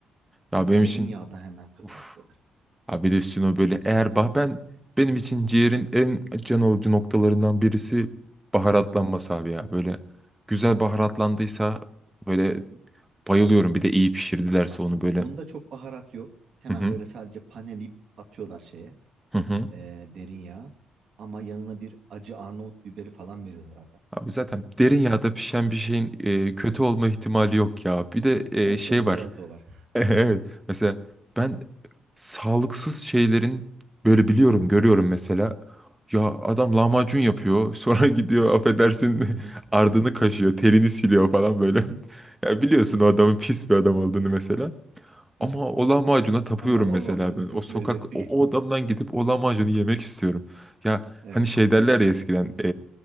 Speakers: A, in the centre; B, on the right (about 55°).
A: Ya
B: ve
A: benim
B: derin
A: için
B: yağda hemen kızartıyorlar.
A: of. Abi de üstüne o böyle eğer bah ben benim için ciğerin en can alıcı noktalarından birisi baharatlanması
B: Hı
A: abi ya. Böyle güzel baharatlandıysa böyle
B: hı.
A: bayılıyorum. Bir de iyi pişirdilerse
B: Bak
A: onu böyle.
B: bunda çok baharat yok. Hemen
A: Hı hı.
B: böyle sadece panelip atıyorlar şeye
A: Hı hı.
B: e, derin yağa ama yanına bir acı Arnavut biberi falan veriyorlar aga.
A: Abi zaten derin yağda pişen bir şeyin e, kötü olma ihtimali yok ya. Bir de
B: Evet
A: e, şey
B: değil mi?
A: var.
B: Biraz da o var.
A: <laughs> E- Evet. Mesela ben sağlıksız şeylerin böyle biliyorum, görüyorum mesela. Ya adam lahmacun yapıyor, sonra <laughs> gidiyor affedersin
B: Hı hı.
A: <laughs> ardını kaşıyor, terini siliyor falan böyle.
B: Hı hı.
A: <laughs> Ya biliyorsun o adamın pis bir adam olduğunu mesela.
B: Evet.
A: Ama o lahmacuna tapıyorum
B: Ama o
A: mesela
B: lahmacun
A: ben.
B: çok
A: O sokak,
B: lezzetli
A: o,
B: geliyor.
A: o adamdan gidip o lahmacunu yemek istiyorum. Ya
B: <laughs> Evet.
A: hani şey derler ya eskiden